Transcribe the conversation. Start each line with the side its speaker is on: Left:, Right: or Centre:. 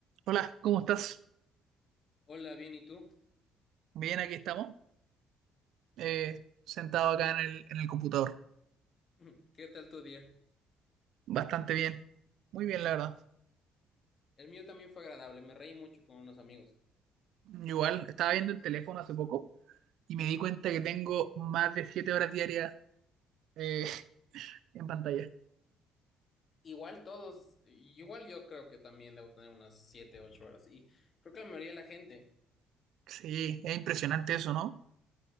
Right: Hola, ¿cómo estás?
Left: Hola, bien, ¿y tú?
Right: Bien, aquí estamos. eh, sentado acá en el, en el computador.
Left: <clears throat> <laughs> ¿Qué tal tu día?
Right: Bastante bien. Muy bien, la verdad.
Left: El mío también fue agradable, me reí mucho con unos amigos.
Right: Igual, estaba viendo el teléfono hace poco y me di cuenta que tengo más de siete horas diarias eh, <laughs> en pantalla.
Left: Igual todos, igual yo creo que también debo tener unas 7 8 horas y creo que la mayoría de la gente.
Right: Sí, es impresionante eso, ¿no?